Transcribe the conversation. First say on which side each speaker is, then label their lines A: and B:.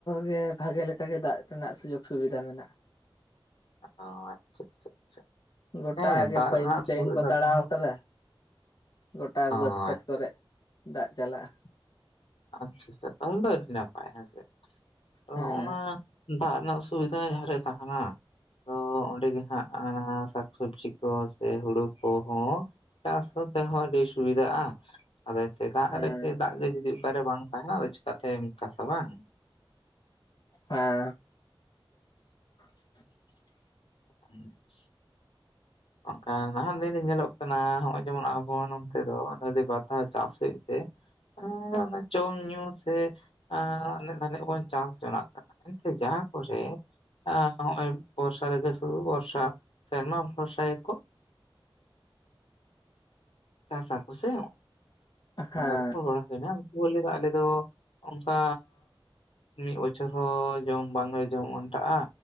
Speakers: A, on the left; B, on the left.
A: ᱜᱮ ᱵᱷᱟᱜᱮ ᱞᱮᱠᱟᱜ ᱜᱮ ᱫᱟᱜ ᱨᱮᱱᱟᱜ ᱥᱩᱡᱳᱜᱽ ᱥᱩᱵᱤᱫᱷᱟ ᱢᱮᱱᱟᱜ-ᱟ
B: ᱟᱫᱚ ᱟᱪᱪᱷᱟ ᱟᱪᱪᱷᱟ ᱟᱪᱪᱷᱟ
A: ᱜᱚᱴᱟᱜ
B: ᱦᱮᱸ
A: ᱜᱮ
B: ᱫᱟᱜ
A: ᱯᱟᱭᱤᱯ
B: ᱨᱮᱱᱟᱜ
A: ᱞᱟᱭᱤᱱ
B: ᱥᱩᱵᱤᱫᱷᱟ
A: ᱠᱚ ᱛᱟᱲᱟᱣ
B: ᱛᱟᱦᱮᱸ
A: ᱟᱠᱟᱫᱟ ᱜᱚᱴᱟ
B: ᱚ
A: ᱵᱟᱹᱫᱽ ᱠᱷᱮᱛ
B: ᱟᱪᱪᱷᱟ
A: ᱠᱚᱨᱮ ᱫᱟᱜ ᱪᱟᱞᱟᱜᱼᱟ᱾
B: ᱟᱪᱪᱷᱟ ᱪᱷᱟ, ᱟᱢ ᱫᱚ ᱟᱹᱰᱤ ᱱᱟᱯᱟᱭ ᱦᱮᱸᱥᱮ ᱟᱫᱚ
A: ᱦᱮᱸ
B: ᱱᱚᱜᱼᱚᱸ ᱱᱟ ᱫᱟᱜ ᱨᱮᱱᱟᱜ ᱥᱩᱣᱤᱫᱷᱟ ᱡᱟᱦᱟᱸ ᱨᱮ ᱛᱟᱦᱮᱱᱟ᱾ ᱛᱚ ᱚᱸᱰᱮ ᱜᱮ ᱦᱟᱸᱜ ᱚᱱᱟ ᱥᱟᱠᱥᱚᱵᱽᱡᱤ ᱠᱚ ᱥᱮ ᱦᱩᱲᱩ ᱠᱚᱦᱚᱸ ᱪᱟᱥ ᱠᱚ ᱛᱮ ᱦᱚᱸ ᱟᱹᱰᱤ ᱥᱩᱵᱤᱫᱷᱟᱜ-ᱟ ᱟᱫᱚ ᱮᱱᱛᱮᱫ ᱫᱟᱜ
A: ᱦᱮᱸ
B: ᱨᱮᱜᱮ ᱫᱟᱜ ᱜᱮ ᱡᱩᱫᱤ ᱚᱠᱟᱨᱮ ᱵᱟᱝ ᱛᱟᱦᱮᱱᱟ ᱟᱫᱚ ᱪᱮᱠᱟᱛᱮᱢ ᱪᱟᱥᱟ ᱵᱟᱝ
A: ᱦᱮᱸ <inaudible>
B: ᱦᱮᱸ <inaudible> ᱚᱱᱠᱟᱱ ᱱᱟᱦᱟᱜ ᱫᱤᱱ ᱧᱮᱞᱚᱜ ᱠᱟᱱᱟ ᱱᱚᱜ-ᱚᱭ ᱡᱮᱢᱚᱱ ᱟᱵᱚ ᱱᱚᱱᱛᱮ ᱫᱚ ᱵᱟᱨᱫᱷᱟᱳ ᱪᱟᱥ ᱦᱩᱭᱩᱜ ᱛᱮ ᱦᱮᱸ ᱚᱱᱟ ᱡᱚᱢ ᱧᱩ ᱥᱮ ᱟᱱᱮᱡ ᱫᱷᱟᱹᱱᱤᱡ ᱵᱚᱱ ᱪᱟᱥ ᱡᱚᱱᱟᱜ ᱠᱟᱱᱟ ᱮᱱᱛᱮ ᱡᱟᱦᱟᱸ ᱠᱚᱨᱮ ᱟ ᱵᱚᱨᱥᱟ ᱨᱮᱜ ᱥᱩᱫᱷᱩ ᱵᱚᱨᱥᱟ ᱥᱮᱨᱢᱟ ᱥᱟᱭ ᱠᱚ ᱪᱟᱥᱟ ᱠᱚ ᱥᱮ
A: ᱦᱮᱸ
B: ᱨᱚᱯᱚᱲ ᱵᱟᱲᱟ ᱦᱩᱭᱱᱟ ᱩᱱᱠᱩ ᱞᱟᱹᱭ ᱫᱚ ᱟᱞᱮ ᱫᱚ ᱚᱱᱠᱟ ᱢᱤᱫ ᱵᱚᱪᱷᱚᱨ ᱦᱚᱸ ᱡᱚᱢ ᱵᱟᱝᱞᱮ ᱡᱚᱢ ᱚᱱᱴᱟᱜ-ᱟ